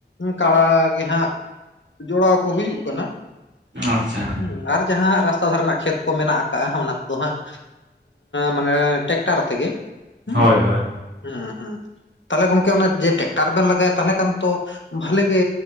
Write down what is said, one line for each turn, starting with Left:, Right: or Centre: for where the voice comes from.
Left: ᱠᱟᱲᱟ ᱜᱮᱦᱟᱸᱜ ᱡᱚᱲᱟᱣ ᱠᱚ ᱦᱩᱭᱩᱜ ᱠᱟᱱᱟ
Right: ᱟᱪᱪᱷᱟ
Left: ᱦᱮᱸ ᱟᱨ ᱡᱟᱦᱟᱸ ᱨᱟᱥᱛᱟ ᱫᱷᱟᱨᱮ ᱨᱮᱱᱟᱜ ᱠᱷᱮᱛ ᱠᱚ ᱢᱮᱱᱟᱜ ᱟᱜ ᱚᱱᱟ ᱠᱚᱫᱚ ᱦᱟᱸᱜ ᱢᱟᱱᱮ ᱴᱮᱠᱴᱟᱨ ᱛᱮᱜᱮ ᱦᱮᱸ
Right: ᱦᱳᱭ ᱦᱳᱭ
Left: ᱦᱮᱸ ᱦᱮᱸ ᱛᱟᱦᱚᱞᱮ ᱜᱚᱝᱠᱮ ᱡᱮ ᱴᱮᱠᱴᱟᱨ ᱵᱮᱱ ᱞᱟᱜᱟᱭᱟ ᱛᱟᱦᱮ ᱠᱷᱟᱱ ᱛᱚ ᱵᱷᱟᱞᱤ ᱜᱮ